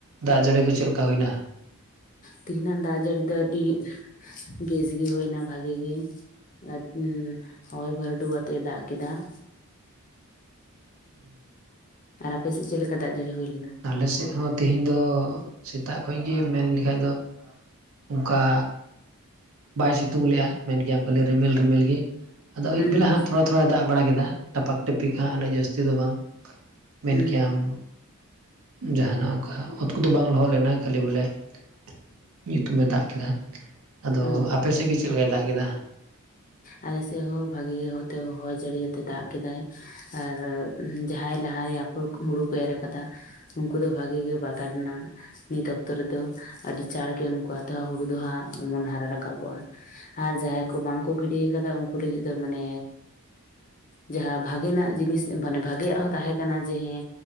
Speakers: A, on the right; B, on the left.
A: ᱫᱟᱜ ᱡᱟᱹᱲᱤ ᱠᱚ ᱪᱮᱫ ᱞᱮᱠᱟ ᱦᱩᱭ ᱮᱱᱟ?
B: ᱛᱮᱦᱤᱧᱟᱜ ᱫᱟᱜ ᱡᱟᱹᱲᱤ ᱫᱚ ᱟᱹᱰᱤ <unintelligible> ᱵᱮᱥ ᱜᱮ ᱦᱩᱭ ᱮᱱᱟ ᱵᱷᱟᱜᱮ ᱜᱮ ᱾ ᱟᱰ ᱩᱸ ᱦᱚᱭ ᱵᱟᱹᱨᱰᱩ ᱟᱛᱮ ᱫᱟᱜ ᱠᱮᱫᱟ ᱾
A: ᱩᱸᱻ
B: ᱟᱨ ᱟᱯᱮᱥᱮᱫ ᱪᱮᱫ ᱞᱮᱠᱟ ᱫᱟᱜ ᱡᱟᱹᱲᱤ ᱦᱩᱭ ᱞᱮᱱᱟ?
A: ᱟᱞᱮᱥᱮᱜ ᱦᱚᱸ ᱛᱮᱦᱤᱧ ᱫᱚ ᱥᱮᱛᱟᱜ ᱠᱷᱚᱡ ᱜᱮ ᱢᱮᱱ ᱞᱮᱠᱷᱟᱡ ᱫᱚ, ᱚᱸᱠᱟ ᱵᱟᱭ ᱥᱤᱛᱩᱝ ᱞᱮᱜᱼᱟ, ᱢᱮᱱ ᱠᱮᱭᱟᱢ ᱠᱷᱟᱹᱞᱤ ᱨᱤᱢᱤᱞ ᱨᱤᱢᱤᱞ ᱜᱮ᱾ ᱟᱫᱚ ᱟᱹᱭᱩᱵ
B: ᱦᱩᱸ
A: ᱵᱮᱞᱟ
B: ᱦᱩᱸ
A: ᱦᱟᱸᱜ
B: ᱦᱩᱸ
A: ᱛᱷᱚᱲᱟ ᱛᱷᱚᱲᱟᱭ ᱫᱟᱜ ᱵᱟᱲᱟ ᱠᱮᱫᱟ, ᱴᱟᱯᱟᱠ ᱴᱤᱯᱤᱠ ᱦᱟᱸᱜ, ᱩᱱᱟᱹᱜ ᱡᱟᱹᱥᱛᱤ ᱫᱚ ᱵᱟᱝ, ᱢᱮᱱ
B: ᱦᱩᱸ,
A: ᱠᱮᱭᱟᱢ ᱡᱟᱦᱟᱸᱱᱟᱜ ᱚᱸᱠᱟ ᱚᱛ ᱠᱚᱫᱚ ᱵᱟᱝ ᱞᱚᱦᱚᱫ ᱞᱮᱱᱟ ᱠᱷᱟᱹᱞᱤ ᱵᱚᱞᱮ <unintelligible> ᱧᱩᱛᱩᱢ ᱮ ᱫᱟᱜ ᱠᱮᱫᱟ, ᱟᱫᱚ
B: ᱚ
A: ᱟᱯᱮ ᱥᱮᱜ ᱜᱮ ᱪᱮᱫ ᱞᱮᱠᱟᱭ ᱫᱟᱜ ᱠᱮᱫᱟ?
B: ᱟᱞᱮ ᱥᱮᱜ ᱦᱚᱸ ᱵᱷᱟᱜᱤ ᱜᱮ ᱦᱚᱭᱛᱚ ᱦᱚᱭ ᱡᱟᱹᱲᱤ ᱭᱟᱛᱮ ᱫᱟᱜ ᱠᱮᱫᱟᱭ ᱟᱨᱻᱨ ᱡᱟᱦᱟᱸᱭ ᱞᱟᱦᱟᱭᱟ ᱦᱩᱨᱩ ᱠᱚ ᱦᱩᱲᱩ ᱠᱚ ᱮᱨ ᱟᱠᱟᱫᱟ ᱩᱸᱠᱩ ᱫᱚ ᱵᱷᱟᱹᱜᱤ ᱜᱮ ᱵᱟᱛ ᱟᱴ ᱱᱟᱜ, ᱱᱤᱛ ᱚᱠᱛᱚ ᱨᱮᱫᱚ ᱟᱹᱰᱤ ᱪᱟᱬ ᱜᱮ ᱩᱱᱠᱩᱣᱟᱜ ᱫᱚ ᱦᱟᱸᱜ ᱦᱩᱲᱩ ᱫᱚ ᱦᱟᱸᱜ ᱚᱢᱚᱱ ᱦᱟᱨᱟ ᱨᱟᱠᱟᱵᱚᱜᱼᱟ, ᱟᱨ ᱡᱟᱦᱟᱸᱭ ᱠᱚ ᱵᱟᱝ ᱠᱚ ᱜᱤᱰᱤ ᱭᱟᱠᱟᱫᱟ ᱩᱸᱠᱩ ᱞᱟᱹᱜᱤᱫ ᱫᱚ ᱢᱟᱱᱮ ᱡᱟᱦᱟᱸ ᱵᱷᱟᱜᱮ ᱱᱟᱜ ᱡᱤᱱᱤᱥ ᱮᱸ ᱢᱟᱱᱮ ᱵᱷᱟᱜᱮᱭᱟᱜ ᱦᱚᱸ ᱛᱟᱦᱮᱸ ᱠᱟᱱᱟ ᱡᱮ ᱦᱮᱸ